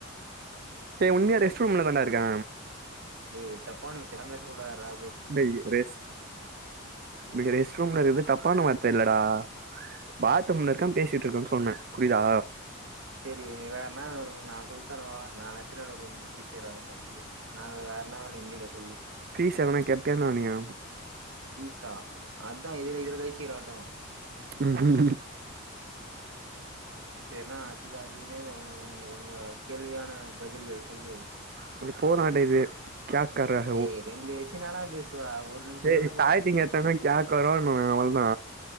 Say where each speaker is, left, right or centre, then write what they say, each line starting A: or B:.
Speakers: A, on the right; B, on the right.
A: டேய் உண்மையா ரெஸ்ட்ரூம்லதாண்டா இருக்கே.
B: டேய் தப்பான விஷயம்லா பேசக்கூடாது ரா
A: டேய் ரெஸ் டேய் ரெஸ்ட் ரூம்ங்கறது தப்பான வார்த்த இல்லடா. பாத்ரூம்ல இருக்கே பேசிட்டு இருக்கேன்னு சொன்னே புரிதா?
B: செரி வேற என்னா வேணு நா சொல்லித் தரே வா நானு <unintelligible> உனக்கு டீச்சர் ஆயிட்றே உன்க்கு நா வேற என்னா வேணு இந்தியில சொல்லு.
A: ஃபீஸ் எதனா கேப்பியா என்ன என்னிய
B: ஃபீஸா அதா இதுல இதுல <unintelligible> ஆட்டோ
A: உஹம் உஹம் உம்
B: ஏன்னா அது அதுனேது உ உங் உங்க கேள்வியான பதில்கள் சொல்லு
A: அப்டி போனாண்ட இது கியா கர்ரேஹுவூ
B: டேய் ரெண்டு வச்சு என்னடா பேசுவ ஒரு நிமிஷோ
A: டேய்
B: தான
A: <unintelligible>
B: பேச முடியு
A: எத்தனா கியா கரோன்னுவே அவ்ளவுதா